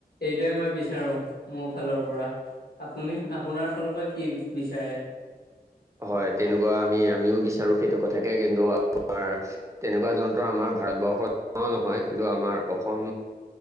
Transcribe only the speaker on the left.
এইটোৱে মই বিচাৰো। কি বিচাৰে